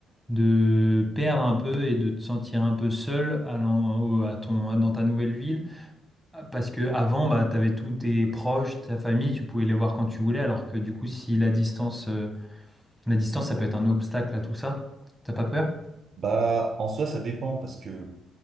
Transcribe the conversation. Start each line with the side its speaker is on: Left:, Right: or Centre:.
Centre: de perdre un peu et de te sentir un peu seul allant au- à ton, dans ta nouvelle ville. Parce que avant, bah, tu avais tous tes proches, ta famille, tu pouvais les voir quand tu voulais, alors que du coup, si la distance, euh, la distance, ça peut être un obstacle à tout ça. T'as pas peur?
Right: Bah, en soi, ça dépend parce que